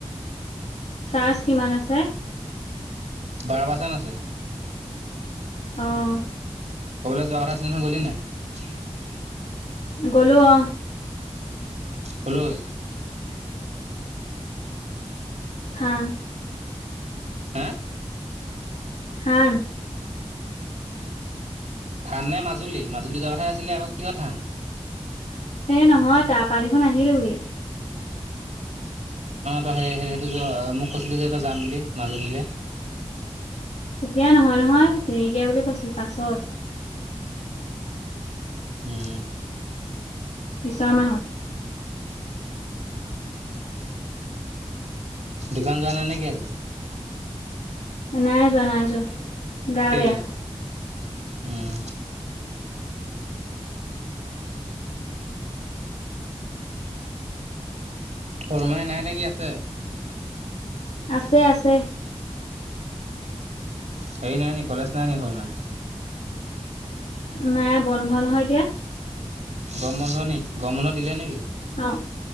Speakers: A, on the left (about 80°); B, on the right (about 85°).
A: চাৰ্জ কিমান আছে।
B: বাৰ পাচন, আছে।
A: আহ।
B: ক'বলৈ যোৱা কথা আছিলে নহয়, গ'লি নাই।
A: গ'লো অ'।
B: হ্লৈ
A: হা।
B: হে
A: হা।
B: থান নে মাজুলী, মাজুলী, যোৱাৰ কথাে আছিলে, আকৌ কিহৰ থান?
A: সেই নহয়, তাৰ পাৰীখন আহিলোহি।
B: নহয়ইে, সেইটো মোক কৈছিলে যে, এটা যাম বুলি মাজুলীলৈ।
A: এতিয়া নহয়, নহয় দেৰিকে বুলি কৈছিল পাছৰ
B: উম।
A: বিছ মাহ।
B: দোকান যোৱা নাই নেকি আজি।
A: নাই যোৱা, নাই যোৱা। গা
B: কেলে
A: বেয়া
B: উম শৰুমাই নাই নে কি আছে
A: আছে আছে
B: হেৰি নাই নি কলেজ নাই নি ঘ মাই
A: নাই বন্ধ নহয় এতিয়া
B: গম বন্ধ নি গম বন্ধ দিলে নেকি
A: অ